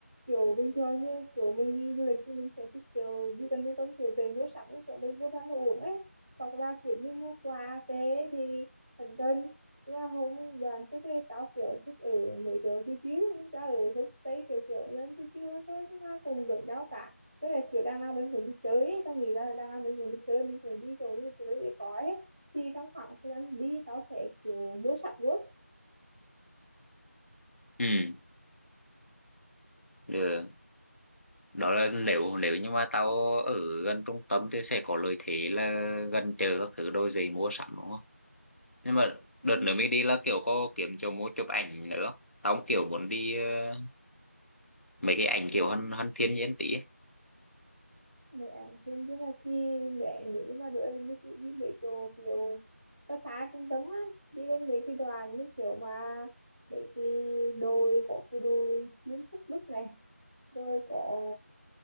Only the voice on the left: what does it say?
ừ được đó là nếu nếu như mà tao ở gần trung tâm thì sẽ có lợi thế là gần chợ các thứ đôi giày mua sắm đúng không nhưng mà đợt
nữa mới đi là kiểu có kiếm chỗ mua chụp ảnh nữa không? tao cũng kiểu muốn đi ờ, mấy cái ảnh kiểu hơn hơn thiên nhiên tí ấy.